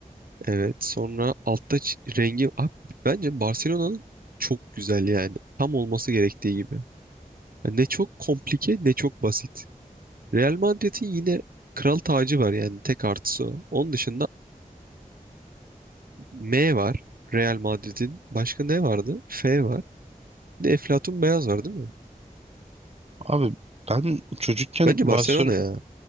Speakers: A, on the right; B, on the right.
A: Evet. Sonra altta ç- rengi... Abi, bence Barcelona'nın çok güzel yani. Tam olması gerektiği gibi. Yani ne çok komplike ne çok basit. Real Madrid'in yine kral tacı var yani. Tek artısı o. Onun dışında M var. Real Madrid'in. Başka ne vardı? F var. Bir de Eflatun Beyaz var değil mi?
B: Abi ben çocukken
A: Bence
B: Barcelona
A: Barcelona ya.